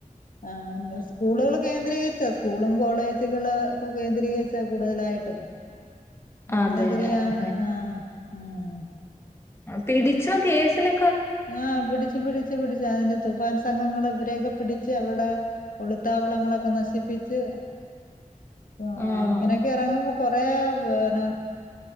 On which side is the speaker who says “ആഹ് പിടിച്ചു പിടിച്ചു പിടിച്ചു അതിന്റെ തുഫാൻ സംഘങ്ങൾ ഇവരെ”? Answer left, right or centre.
Left